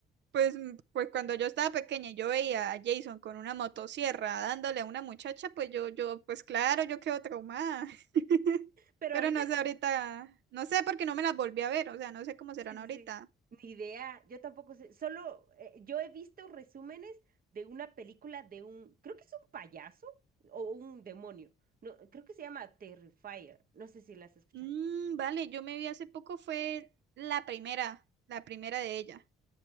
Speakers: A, on the right; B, on the right.
A: Pues, mm, pues cuando yo estaba pequeña y yo veía a Jason con una motosierra dándole a una muchacha, pues yo, yo, pues claro, yo quedo traumada. <laughs>
B: Pero
A: Pero
B: ahorita,
A: no sé ahorita, no sé porque no me las volví a ver, o sea, no sé cómo serán
B: sí, sí,
A: ahorita.
B: sí, ni idea, yo tampoco sé, solo eh, yo he visto resúmenes de una película de un, creo que es un payaso o un demonio, no, creo que se llama Terrifier, no sé si la has escuchado.
A: Mm, vale, yo me vi hace poco, fue la primera, la primera de ella.